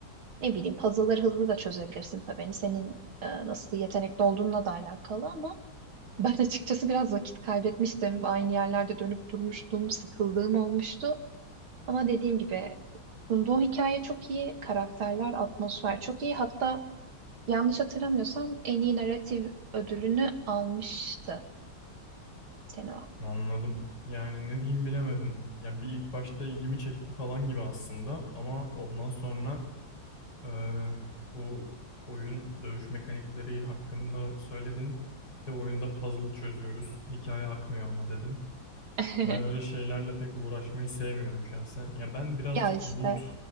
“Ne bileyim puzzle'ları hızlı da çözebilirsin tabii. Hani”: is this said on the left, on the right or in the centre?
Right